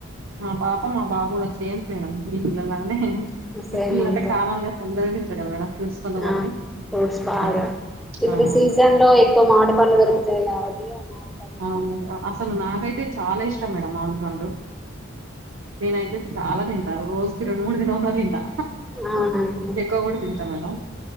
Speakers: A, on the right (about 65°); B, in the centre.
A: మా పాప మా బాబు కూడా సేమ్ పే మీ పిల్లలనే
B: సేమ్
A: పిల్లలటే
B: అంతే
A: కామన్గా తొందరగా తిన్ సరేనా మేడం ఫ్రూట్స్ కొంతమంది
B: ఆ ఫ్రూట్స్ బాగా
A: ఆ
B: ఇప్పుడు
A: ఆ
B: సీజన్ లో ఎక్కువ మామిడి పండ్లు దొరుకుతాయి కాబట్టి ఆ మామిడి పండ్లు
A: అ
B: తింటాం
A: అసలు నాకయితే చాలా ఇష్టం మేడమ్ మామిడిపండు నేనైతే చాలా తింటా రోజుకి రెండు మూడు తిన్నమన్న తింటా
B: అవునండి
A: చెక్క కూడా తింతారు మేడమ్